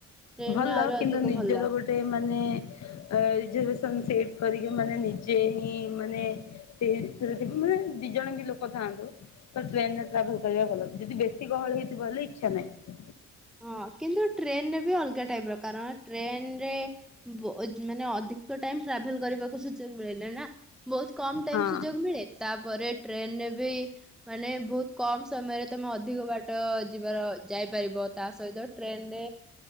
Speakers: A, in the centre; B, on the left.
A: ଟ୍ରେନରେ
B: ଭଲ।
A: ଆହୁରି
B: କିନ୍ତୁ
A: ଅଧିକ
B: ନିଜର
A: ଭଲ।
B: ଗୋଟେ ଗୋଟେ ମାନେ ରିଜରର୍ଭେ ନ୍ ସିଟ୍ କରିକି ମାନେ ନିଜେ ହିଁ ମାନେ ଟ୍ରେନେ ଭିତରେ ଯଦି ମାନେ ଦି ଜଣ ବି ଲୋକ ଥାଆନ୍ତୁ। ତ ଟ୍ରେନେ ରେ ଟ୍ରାଭେଲେ କରିବା ଭଲ ଯଦି ବେଶୀ ଗହଳି ହେଇଥିବ ହେଲେ ଇଚ୍ଛା ନାହିଁ।
A: ହଁ କିନ୍ତୁ ଟ୍ରେନେରେ ବି ଅଲଗା ଟାଇପି ର କାରଣ ଟ୍ରେନେରେ ବୋ ମାନେ ଅଧିକ ଟାଇମି ଟ୍ରାଭେଲେ କରିବାକୁ ସୁଯୋଗ ମିଳେନେହିଁ ନା। ବହୁତ କମ ଟାଇମି
B: ହଁ
A: ସୁଯୋଗ ମିଳେ ତାପରେ ଟ୍ରେନେ ରେ ବି ମାନେ ବହୁତ କମ୍ ସମୟରେ ତମେ ଅଧିକ ବାଟ ଯିବାର ଯାଇପାରିବ। ତା ସହିତ ଟ୍ରେନେରେ